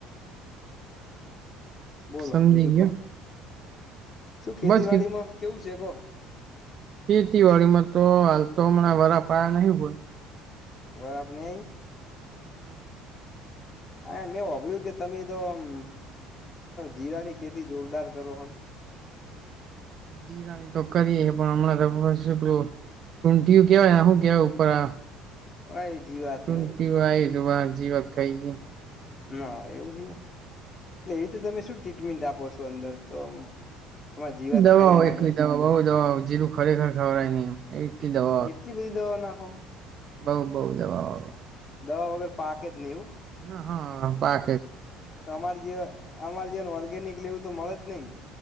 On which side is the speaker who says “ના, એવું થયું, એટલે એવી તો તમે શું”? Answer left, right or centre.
Left